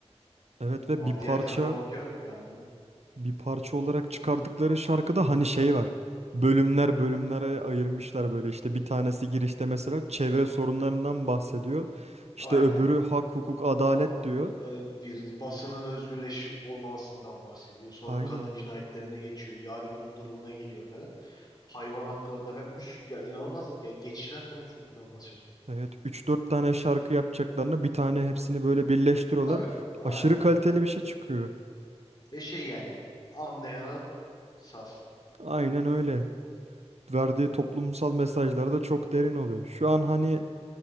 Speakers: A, on the right; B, on the left.
A: Evet ve
B: Ama
A: bir
B: bir
A: parça
B: diğer tarafa bakıyorsun yani
A: bir parça olarak çıkardıkları şarkıda hani şey var. Bölümler bölümlere ayırmışlar
B: hı,
A: böyle işte bir tanesi girişte mesela çevre sorunlarından bahsediyor. İşte
B: aynen.
A: öbürü hak hukuk adalet
B: Ha,
A: diyor.
B: evet, Bir basının özgürleşik olmamasından bahsediyor. Sonra
A: Aynen.
B: kadın cinayetlerine geçiyor. Yargının durumuna geliyor falan. Hayvan haklarına falan. bir sürü- Ya inanılmaz. Ya geçişler falan çok inanılmaz şarkı.
A: Evet üç dört tane şarkı yapacaklarına bir tane hepsini böyle birleştiriyorlar.
B: Tabii. Aynen.
A: Aşırı kaliteli bir şey çıkıyor.
B: Ve şey yani. Anlayana sas.
A: Aynen öyle. Verdiği toplumsal mesajları da çok derin oluyor. Şu an hani